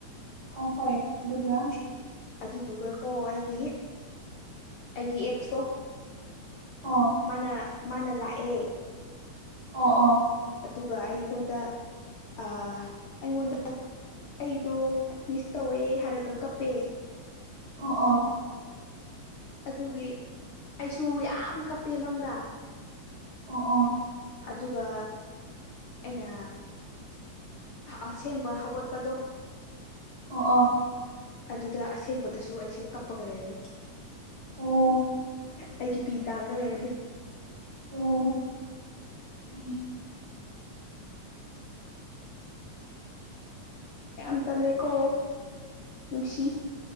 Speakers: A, on the right (about 35°); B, on the left (about 85°).
A: ꯑ ꯍꯣꯏ ꯑꯗꯨꯒ
B: ꯑꯗꯨꯗꯨꯒ ꯀꯣ ꯑꯩꯒꯤ ꯑꯩꯒꯤ ꯑꯦ ꯇꯣ
A: ꯑꯣ
B: ꯃꯥꯅ ꯃꯥꯅ ꯂꯥꯛꯑꯦ
A: ꯑꯣ ꯑꯣ
B: ꯗꯨꯒ ꯑꯩꯉꯣꯟꯗ ꯑ ꯑꯩꯉꯣꯟꯗ ꯑꯩꯗꯣ ꯃꯤꯁ ꯇꯧꯋꯦ ꯍꯥꯏꯔꯒ ꯀꯞꯄꯦ
A: ꯑꯣ ꯑ
B: ꯑꯗꯨꯒꯤ ꯑꯩꯁꯨ ꯌꯥꯝ ꯀꯞꯄꯦ ꯃꯪꯗ
A: ꯑ ꯑ
B: ꯑꯗꯨꯒ ꯑꯩꯅ ꯑꯁꯦꯡꯕ ꯍꯧꯒꯠꯄꯗꯣ
A: ꯑꯣ ꯑ
B: ꯑꯗꯨꯗ ꯑꯁꯦꯡꯕꯗꯁꯨ ꯑꯩꯁꯦ ꯀꯞꯄꯒ ꯂꯩꯔꯝꯃꯤ
A: ꯑꯣ
B: ꯑꯩꯒꯤ ꯄꯤ ꯇꯥꯔꯒ ꯂꯩꯔꯝꯃꯤ
A: ꯑꯣ
B: ꯌꯥꯝ ꯇꯜꯂꯦꯀꯣ ꯅꯨꯡꯁꯤ